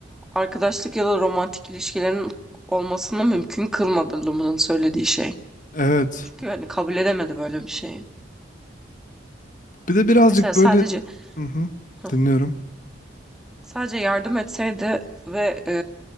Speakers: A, in the centre; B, on the left.
A: arkadaşlık ya da romantik ilişkilerin olmasını mümkün kılmadı Luma'nın söylediği şey.
B: Evet.
A: Çünkü yani kabul edemedi böyle bir şeyi.
B: Bir de birazcık
A: Mesela sadece
B: böyle hı hı,
A: <laughs>
B: dinliyorum.
A: Sadece yardım etseydi ve e,